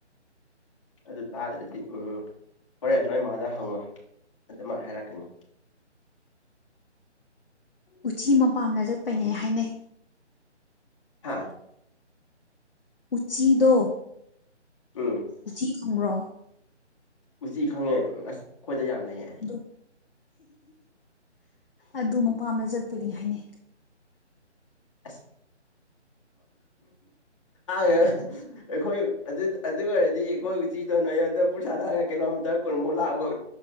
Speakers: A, on the left; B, on the left.
A: ꯑꯗꯨ ꯇꯥꯗ꯭ꯔꯗꯤ ꯎꯝ ꯍꯣꯔꯦꯟ ꯅꯣꯏ ꯏꯃꯥꯗ ꯍꯪꯉꯣ ꯑꯗꯨꯃꯛ ꯍꯥꯏꯔꯛꯀꯅꯤ
B: ꯎꯆꯤ ꯃꯄꯥꯝꯅ ꯆꯠꯄꯅꯦ ꯍꯥꯏꯅꯩ
A: ꯍꯥꯥ
B: ꯎꯆꯤꯗꯣ
A: ꯎꯝ
B: ꯎꯆꯤ ꯈꯪꯕ꯭ꯔꯣ
A: ꯎꯆꯤ ꯈꯪꯉꯦ ꯑꯁ ꯑꯩꯈꯣꯏꯗ ꯌꯥꯝ ꯂꯩꯌꯦ
B: ꯑꯗꯨ ꯑꯗꯨ ꯃꯄꯥꯝꯗ ꯆꯠꯄꯒꯤꯅꯤ ꯍꯥꯏꯅꯩ
A: ꯑꯁ ꯑ ꯑꯩꯈꯣꯏ ꯑꯗꯨ ꯑꯗꯨ ꯑꯣꯏꯔꯗꯤ ꯑꯩꯈꯣꯏ ꯎꯆꯤꯗꯣ ꯅꯉꯣꯟꯗ ꯄꯨꯔꯁꯥꯂꯥꯛꯑꯒ ꯀꯤꯂꯣꯃꯤꯇꯔ ꯀꯨꯟꯃꯨꯛ ꯂꯥꯛꯑꯕ